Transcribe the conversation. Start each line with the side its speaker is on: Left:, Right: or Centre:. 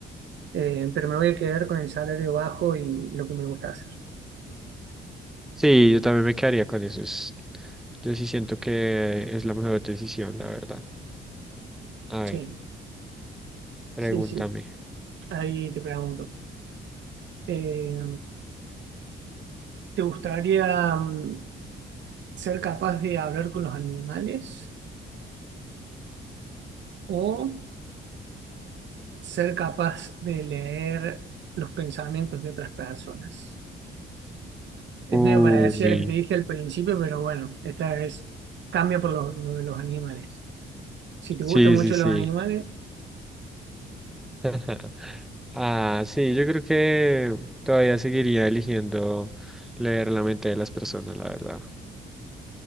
Right: Eh, pero me voy a quedar con el salario bajo y lo que me gusta hacer.
Centre: Sí, yo también me quedaría con eso. es- Yo sí siento que es la mejor decisión, la verdad. A ver,
Right: Sí,
Centre: pregúntame.
Right: sí, sí. Ahí te pregunto. eh, ¿te gustaría mm, ser capaz de hablar con los animales o ser capaz de leer los pensamientos de otras personas? Es
Centre: Uy,
Right: medio parecida a la que te dije al principio, pero bueno, esta es cambia por lo, lo de los animales. Si te gustan
Centre: sí,
Right: mucho
Centre: sí, sí.
Right: los animales,
Centre: <laughs> Ah, sí, yo creo que todavía seguiría eligiendo leer la mente de las personas, la verdad.